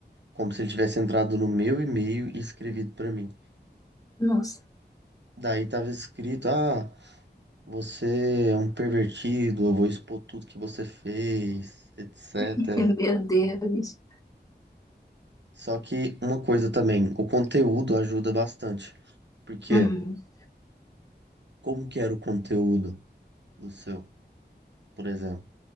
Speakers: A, on the right; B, on the left.
A: como se ele tivesse entrado no meu e-mail e escrevido para mim.
B: nossa,
A: Daí tava escrito: "Ah, você é um pervertido, eu vou expor tudo que você fez, etc."
B: <laughs> meu Deus.
A: Só que uma coisa também, o conteúdo ajuda bastante. Porque
B: Uhum.
A: como que era o conteúdo do seu, por exemplo?